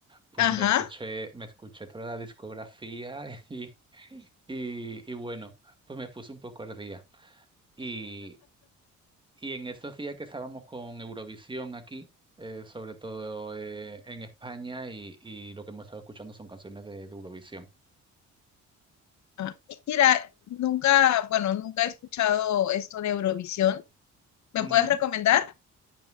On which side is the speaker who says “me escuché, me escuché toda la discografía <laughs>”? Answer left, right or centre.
Right